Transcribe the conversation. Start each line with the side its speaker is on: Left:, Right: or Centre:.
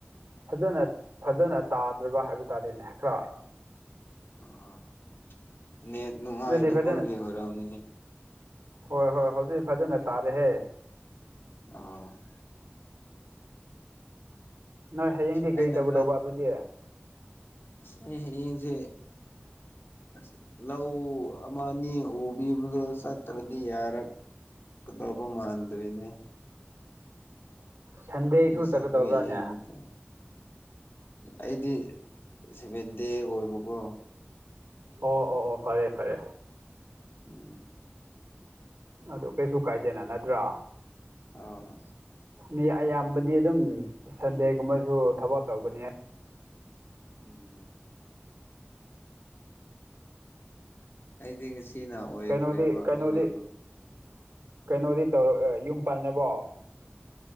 Right: ꯐꯖꯅ ꯐꯖꯅ ꯇꯥꯗ꯭ꯔꯕ ꯍꯥꯏꯕ ꯇꯥꯔꯦꯅꯦ ꯇꯔ
Left: ꯑꯣ ꯅꯦꯠ ꯅꯨꯡꯉꯥꯏꯇꯕꯒꯤ
Right: ꯑꯗꯨꯗꯤ ꯐꯖꯅ
Left: ꯑꯣꯏꯔꯝꯅꯤ
Right: ꯍꯣꯏ ꯍꯣꯏ ꯍꯧꯖꯤꯛ ꯐꯖꯅ ꯇꯥꯔꯦꯍꯦ
Left: ꯑ
Right: ꯅꯣꯏ ꯍꯌꯦꯡꯗꯤ ꯀꯔꯤ
Left: ꯑꯩꯅ
Right: ꯇꯧꯒꯗꯧꯕ
Left: ꯈꯔ
Right: ꯑꯗꯨꯗꯤ
Left: ꯑꯁ ꯑꯩ ꯏꯪꯖꯦ ꯑꯁ ꯂꯧ ꯑꯃ ꯑꯅꯤ ꯎꯕꯤꯕꯗꯣ ꯆꯠꯇ꯭ꯔꯗꯤ ꯌꯥꯔꯛ ꯀꯗꯕ ꯃꯥꯟꯗ꯭ꯔꯤꯅꯦ
Right: ꯁꯟꯗꯦꯁꯨ
Left: ꯑꯗꯨ ꯆꯠꯂꯒ
Right: ꯆꯠꯀꯗꯧꯕ꯭ꯔꯥꯅꯦ
Left: ꯌꯦꯡꯕ ꯑꯩꯗꯤ ꯁꯚꯦꯟ ꯗꯦ ꯑꯣꯏꯕꯀꯣ
Right: ꯑꯣ ꯑꯣ ꯑꯣ ꯐꯔꯦ ꯐꯔꯦ
Left: ꯎꯝ
Right: ꯑꯗꯨ ꯀꯩꯁꯨ ꯀꯥꯏꯗꯦꯅ ꯅꯠꯇ꯭ꯔꯥ
Left: ꯑꯧ
Right: ꯃꯤ ꯑꯌꯥꯝꯕꯗꯤ ꯑꯗꯨꯝ ꯁꯟꯗꯦꯒꯨꯝꯕꯁꯨ ꯊꯕꯛ ꯇꯧꯒꯅꯦ
Left: ꯎꯝ ꯑꯩꯗꯤ ꯉꯁꯤꯅ ꯑꯣꯏꯈ꯭ꯔꯦꯕ
Right: ꯀꯩꯅꯣꯗꯤ ꯀꯩꯅꯣꯗꯤ
Left: ꯑꯩꯒꯤꯗꯣ
Right: ꯀꯩꯅꯣꯗꯤ ꯇꯧꯔꯛ ꯌꯨꯝ ꯄꯥꯜꯅꯕꯣ